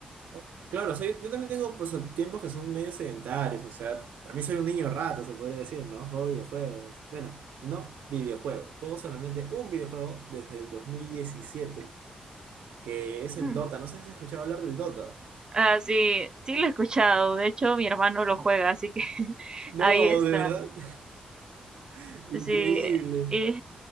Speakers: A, on the right (about 85°); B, on the right (about 30°).
A: o- claro, o sea, yo, yo también tengo pues tiempos que son medio sedentarios, o sea, también soy un niño rato, se podría decir, ¿no? Juego videojuegos. Bueno, no videojuegos, juego solamente un videojuego desde el 2017, que es
B: <clears throat>
A: el Dota.
B: <laughs>
A: No sé si has escuchado hablar del Dota.
B: Ah, sí, sí lo he escuchado. De hecho, mi hermano lo juega, así que <laughs>
A: No,
B: ahí está.
A: de verdad. <laughs> Increíble.
B: Sí. eh,